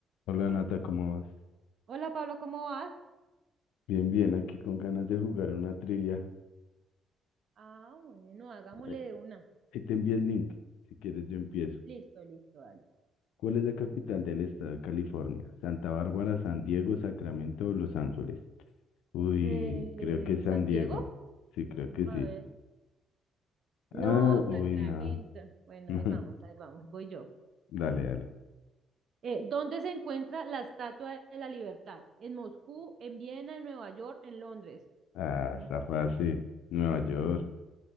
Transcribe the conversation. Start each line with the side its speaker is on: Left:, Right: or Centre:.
Left: Hola Nata, ¿cómo vas?
Right: Hola Pablo, ¿cómo vas?
Left: Bien, bien, aquí con ganas de jugar una trivia.
Right: Ah, bueno, hagámosle
Left: Eh,
Right: de una.
Left: Ahí te envío el link, si quieres yo empiezo.
Right: Listo, listo, dale.
Left: ¿Cuál es la capital del estado de California? ¿Santa Bárbara, San Diego, Sacramento o Los Ángeles? Uy,
Right: Eh,
Left: creo que es San
Right: ¿San
Left: Diego.
Right: Diego?
Left: Sí, creo
Right: Vamos
Left: que sí.
Right: a ver. No,
Left: Ah, uy,
Right: Sacramento.
Left: no.
Right: Bueno,
Left: <laughs>
Right: ahí vamos,
Left: No,
Right: ahí vamos, voy yo.
Left: Dale, dale.
Right: Eh, ¿dónde se encuentra la Estatua de la Libertad? ¿En Moscú, en Viena, en Nueva York, en Londres?
Left: Ah,
Right: No.
Left: está fácil. Nueva York.